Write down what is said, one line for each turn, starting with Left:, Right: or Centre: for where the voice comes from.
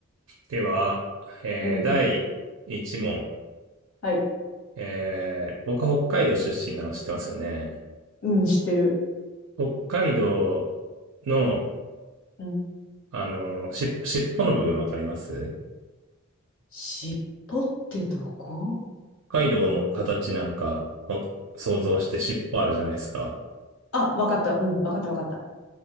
Right: では、えー第1問。
Left: うん。はい。
Right: えー僕は北海道出身なの知ってますよね。
Left: うん、知ってる。
Right: 北海道の、
Left: うん。
Right: あの、し、尻尾の部分わかります
Left: 尻尾ってどこ
Right: 北海道の形なんか、お想像して尻尾あるじゃないですか。
Left: あ、わかった。うん、わかったわかった。